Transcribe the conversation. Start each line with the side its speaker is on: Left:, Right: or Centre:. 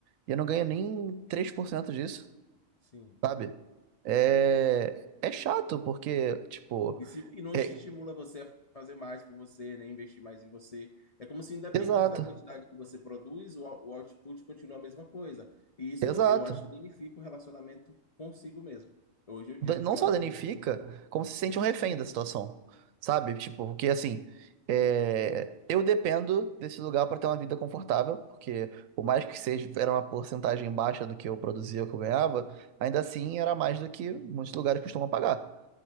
Right: e eu não ganho nem 3% disso,
Left: sim.
Right: sabe? É, é chato, porque, tipo,
Left: E, se, e não estimula
Right: é...
Left: você a fazer mais por você, nem investir mais em você. É como se, independente
Right: Exato,
Left: da quantidade que você produz, o, o output continua a mesma coisa. E isso
Right: exato.
Left: eu acho que danifica o relacionamento consigo mesmo. Hoje eu
Right: da-
Left: digo
Right: não
Left: que
Right: só
Left: eu acho
Right: danifica,
Left: que
Right: como se sente um refém da situação, sabe? Tipo, porque assim, é, eu dependo desse lugar para ter uma vida confortável, porque por mais que seja era uma porcentagem baixa do que eu produzia, o que eu ganhava, ainda assim era mais do que muitos lugares costumam pagar.